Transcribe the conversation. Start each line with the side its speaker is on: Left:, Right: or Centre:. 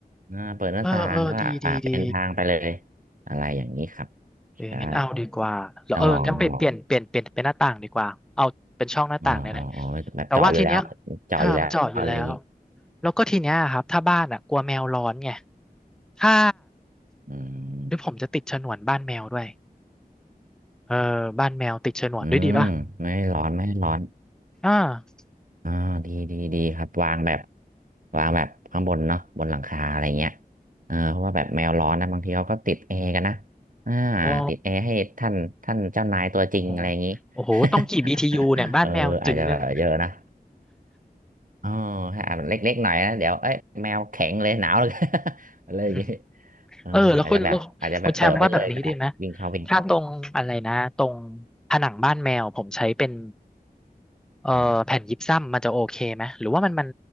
Right: อ่าเปิดหน้าต่างก็อ่าเป็นทางไปเลย
Centre: เออเออดีดีดี
Right: อะไรอย่างนี้ครับ
Centre: เอองั้นเอาดีกว่าแล้วเอองั้นไปเปลี่ยนเปลี่ยนเปลี่ยนเป็นหน้าต่างดีกว่าเอาเป็นช่องหน้าต่างเนี่ยแหละ
Right: ใช่ต้องลองต้องลองอ๋ออ๋ออ๋อแบบเจาะอยู่แล้ว
Centre: แต่ว่าทีเนี้ย
Right: เจาะอยู่แล้วอะไรอย่างนี้
Centre: อ่ามันเจาะอยู่แล้วแล้วก็ทีเนี้ยครับถ้าบ้านอ่ะกลัวแมวร้อนไงถ้า
Right: อืม
Centre: หรือผมจะติดฉนวนบ้านแมวด้วยเออบ้านแมวติดฉนวนด้วยดีป่ะ
Right: อืมไม่ให้ร้อนไม่ให้ร้อน
Centre: อ่า
Right: อ่าดีดีดีครับวางแบบวางแบบข้างบนเนาะบนหลังคาอะไรเงี้ยเออเพราะว่าแบบแมวร้อนนะบางทีเขาก็ติดแอร์กันนะอ่า
Centre: อ๋อ
Right: ติดแอร์ให้ท่านท่านเจ้านายตัวจริงอะไรอย่างนี้
Centre: โอ้โหโอ้โหต้องกี่
Right: <laughs>
Centre: BTU เนี่ยบ้านแมวจึงนึง
Right: เอออาจจะแบบเยอะนะอ๋อถ้าอาจเล็กๆหน่อยนะเดี๋ยวเอ้ยแมวแข็งเลยหนาวเลย <laughs> อะไรอย่างนี้
Centre: <laughs>
Right: เอออาจจะแบบอาจจะแบบเปิดไปเลยก็ได้วิ่งเข้าวิ่งออก
Centre: เออแล้วคุณแล้วคุณแชมป์ว่าแบบนี้ดีไหมถ้าตรงอะไรนะตรงผนังบ้านแมวผมใช้เป็นเอ่อแผ่นยิปซัมมันจะโอเคไหมหรือว่ามันมัน
Right: อม